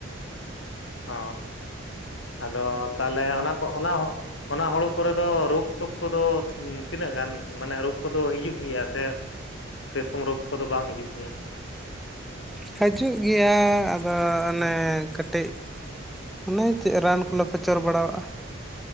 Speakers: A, on the left (about 70°); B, in the centre.
A: ᱚ ᱟᱫᱚ ᱛᱟᱦᱚᱞᱮ ᱚᱱᱟ ᱠᱚ ᱚᱱᱟ ᱦᱚᱸ ᱚᱱᱟ ᱦᱩᱲᱩ ᱠᱚᱨᱮᱫᱚ ᱨᱳᱜᱽ ᱴᱳᱠ ᱠᱚᱫᱚ ᱛᱤᱱᱟᱹᱜ ᱜᱟᱱ ᱢᱟᱱᱮ ᱨᱳᱜᱽ ᱠᱚᱫᱚ ᱦᱤᱡᱩᱜ ᱜᱮᱭᱟ ᱥᱮ ᱥᱮᱨᱚᱠᱚᱢ ᱨᱳᱜᱽ ᱠᱚᱫᱚ ᱵᱟᱝ ᱦᱤᱡᱩᱜ ᱜᱮᱭᱟ?
B: ᱦᱤᱡᱩᱜ ᱜᱮᱭᱟ ᱟᱫᱚ ᱚᱱᱮ ᱠᱟᱹᱴᱤᱡ ᱚᱱᱮ ᱪᱮᱫ ᱨᱟᱱ ᱠᱚᱞᱮ ᱯᱚᱪᱚᱨ ᱵᱟᱲᱟᱣᱟᱜ-ᱟ᱾